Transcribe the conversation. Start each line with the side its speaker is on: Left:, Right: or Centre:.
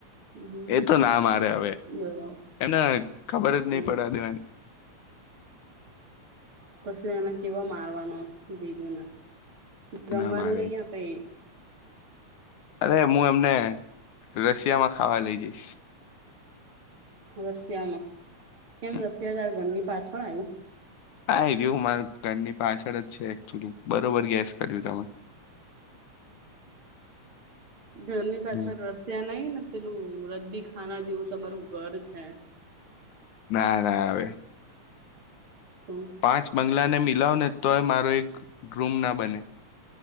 Right: હમ
Left: એ તો ના મારે હવે
Right: બોલો
Left: એને ખબર જ નહી
Right: હમ
Left: પડવાદેવાની
Right: પછી એને કેવો મારવાનો દીધું ને જમવાનું
Left: ના મારે
Right: નહી આપે
Left: અરે હું એમને રશિયામાં ખાવા લઈ જઈશ
Right: રશિયામાં કેમ
Left: હમ.
Right: રશિયાતાર ઘરની પાછળ આવું.
Left: હા એ રહું મારા ઘરની પાછળ જ છે. બરોબર ગેસ કર્યું તમે,
Right: ધર પાછળ
Left: હમ.
Right: રશિયા નઈ ને, પેલું રદી ખાના જેવું તમારું ઘર છે.
Left: ના ના હવે
Right: તો
Left: પાંચ બંગલાને મિલાવ ને તો એ મારો એક રૂમ ના બને.